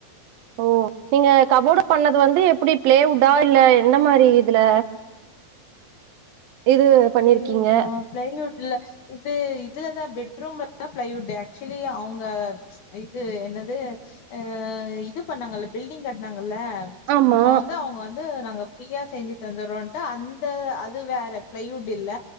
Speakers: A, on the right; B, on the left.
A: ஓ நீங்க கபோர்டு பண்ணது வந்து எப்டி பிளேவுட்டா இல்ல எந்த மாரி இதுல இது பண்ணிருக்கீங்க
B: பிளேயுட்டா பிளைவுட்ல இது இதுலதான் பெட்ரூம்ல தான் பிளைவுட் ஆக்சுவலி அவங்க இது என்னது ஆ இது பண்ணாங்கல்ல பில்டிங் கட்டனாங்கல்ல
A: ஆமா
B: அப்போ வந்து அவங்க வந்து நாங்க பிரீயா செஞ்சு தந்துறோன்ட்டு அந்த அது வேற பிளைவுட் இல்ல